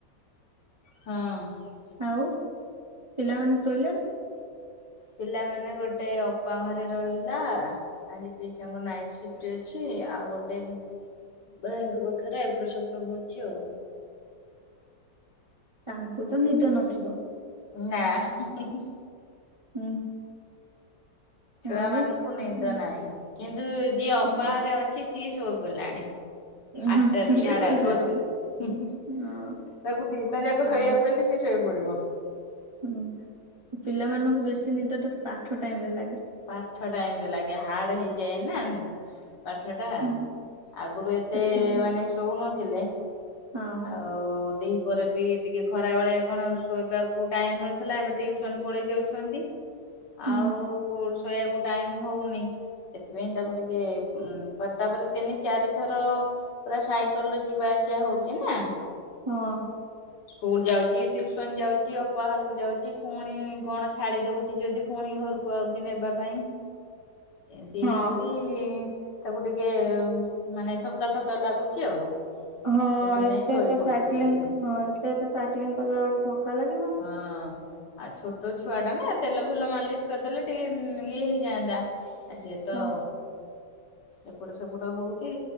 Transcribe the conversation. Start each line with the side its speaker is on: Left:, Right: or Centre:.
Left: ହଁ।
Right: ଆଉ ପିଲାମାନେ ଶୋଇଲେଣି?
Left: ପିଲାମାନେ ଗୋଟେ ଅପାଘରେ ରହିଲା। ଆଜି ପିସା ଙ୍କ ନାଇଟି ସିଫ୍ଟ ଅଛି ଆଉ ଗୋଟେ। ଭାଇଙ୍କ ପାଖରେ ଏପଟ ସେପଟ ହଉଛି ଆଉ।
Right: ତାଙ୍କୁ ତ ନିଦ ନଥିବ।
Left: ନା ହୁଁ ହୁଁ ହୁଁ।
Right: ହୁଁ।
Left: ଛୁଆ
Right: ଆଉ
Left: ମାନଙ୍କୁ ନିଦ
Right: ଉଁ,
Left: ନାହିଁ କିନ୍ତୁ ଯିଏ ଅପା
Right: ନା
Left: ଘରେ ଅ ଛି ସିଏ ସଇ ଶୋଇ ପଡିଲାଣି।
Right: ହଁ
Left: ଆଠଟା
Right: ସିଏ
Left: ର ସାଢେ
Right: ଶୋଇପଡିଥିବେ
Left: ଆଠଟା ର
Right: ହଁ
Left: ତାକୁ ଦିନ ଯାକ ଶୋଇବାକୁ
Right: ଆଉ
Left: କହିଲେ। ସେ ଶୋଇ ପଡିବ।
Right: ହୁଁ ପିଲା ମାନଙ୍କୁ ବେଶୀ ନିଦଟା ପାଠ ଟାଇମ ରେ ଲାଗେ।
Left: ପାଠ ଟାଇମ୍ ରେ ଲାଗେ ହାର୍ଡ ହେଇଯାଏ ନା ପାଠ ଟା
Right: ହୁଁ
Left: ଆଗରୁ ଏତେ
Right: ସେଥିଲାଗି
Left: ମାନେ ଶୋଉନଥିଲେ ଆଉ
Right: ହଁ
Left: ଆଉ ଦିହି ପରେ ବି ଟିକେ ଖରାବେେଳେ କଣ ଶୋଇବାକୁ ଟାଇମ୍ ମିଳୁଥିଲା ଏବେ ଟ୍ୟୁସନ୍ ପଳେଇ ଯାଉଛନ୍ତି
Right: ହୁଁ
Left: ଆଉ କଉ ଶୋଇବାକୁ ଟାଇମ୍ ହଉନି ସେଥିପାଇଁ ତାକୁ ଟିକେ ଉଁ-ତାପରେ ତିନି ଚାରି ଥର ପୁରା ସାଇକେଲରେ ଯିବା ଆସିବା ହଉଚି ନା
Right: ହଁ।
Left: ସ୍କୁଲ୍ ଯାଉଚି, ଟିଉସନ୍ ଯାଉଚି ଅପା ହରକୁ ଯାଉଚି ଫୁଣି କଣ ଛାଡି ଦଉଚି ଯଦି ଫୁଣି ଘରକୁ ପଳଉଚି ନେବା ପାଇଁ। ଏମତି ହେଇକିରି
Right: ହଁ
Left: ତାକୁ ଟିକେ ମାନେ ଥକା ଥକା ଲାଗୁଚି ଆଉ।
Right: ହଁ
Left: ସେଥିପାଇଁ
Right: ଏତେ
Left: ଶୋଇ
Right: ଏତେ
Left: ପଡୁଛି
Right: ସାଇକ୍ଲିଂ
Left: ଜଲ୍ଦି।
Right: ହଁ -ଏତେ ଏତେ ସାଇକ୍ଲିଂ କଲା ବେଳକୁ ଥକା ଲାଗିବ
Left: ହଁ ଆଉ ଛୋଟ ଛୁଆ ଟା ନା ତେଲ ଫେଲ ମାଲିସ୍ କରିଦେଲେ ଟିକେ ଇଏ ହେଇଯାଆନ୍ତା। ଆ ସେତ
Right: ହଁ
Left: ଏପଟ ସେପଟ ହଉଚି